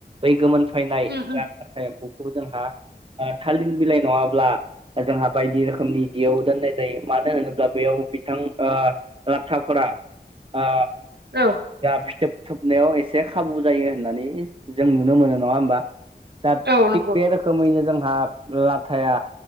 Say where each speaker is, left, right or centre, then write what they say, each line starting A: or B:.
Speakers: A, on the right (about 30°); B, on the right (about 80°).
A: बै गोमोन फैना
B: उम
A: एम्फौखौ
B: उम
A: जोंहा थालिर बिलाइ नङाब्ला जोंहा बायदि रो रोखोमनि जियाव दोननाय जायो मानो होनोब्ला बेयाव बिथां ओ राथाफोरा ओ
B: औ
A: जा फिथोब थोबनायाव एसे खाबु जायो होननानै जों नुनो मोनो नङा होमबा दा
B: औ नंगौ
A: थिग बे रोखोमैनो जोंहा लाथाया